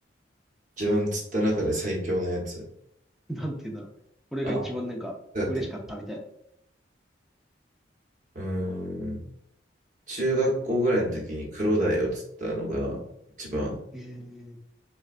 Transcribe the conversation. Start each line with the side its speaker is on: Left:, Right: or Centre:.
Right: 一番釣った中で最強のやつ。
Centre: <laughs> なんていうんだろう。これが一番なんか嬉しかったみたいな。
Right: あだって、うーん、中学校ぐらいの時にクロダイを釣ったのが一番
Centre: ええ